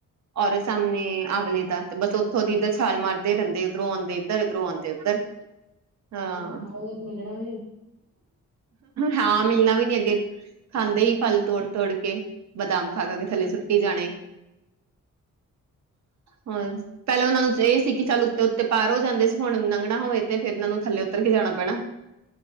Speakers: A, on the right; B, on the right.
A: ਔਰ ਸਾਹਮਣੇ ਆਵਲੇ ਦਾ ਤੇ ਬਸ ਉੱਥੋਂ ਦੀ ਇਧਰ ਛਾਲ ਮਾਰਦੇ ਰਹਿੰਦੇ ਉੱਧਰੋਂ ਆਂਦੇ। ਇੱਧਰ ਇੱਧਰੋਂ ਆਉਂਦੇ ਉੱਧਰ ਹਾਂ।
B: ਆਓਗੇ ਤੇ ਮਿਲਣਾ ਵੀ
A: ਹਾਂ ਮੀਣਾ ਵੀ ਨਹੀਂ। ਅੱਗੇ ਖਾਂਦੇ ਹੀ ਫਲ ਤੋੜ -ਤੋੜ ਕੇ ਬਦਾਮ ਖਾ ਖਾ ਕੇ ਥੱਲੇ ਸੁੱਟੀ ਜਾਣੇ। ਹੋਰ ਪਹਿਲਾਂ ਉਹਨਾਂ ਨੂੰ ਇਹ ਸੀ ਕਿ ਚੱਲ ਉੱਤੇ- ਉੱਤੇ ਪਾਰ ਹੋ ਜਾਂਦੇ ਸੀ ਹੁਣ ਲੰਘਣਾ ਹੋਵੇ। ਤੇ ਫਿਰ ਇਹਨਾਂ ਨੂੰ ਥੱਲੇ ਉੱਤਰ ਕੇ ਜਾਣਾ ਪੈਣਾ।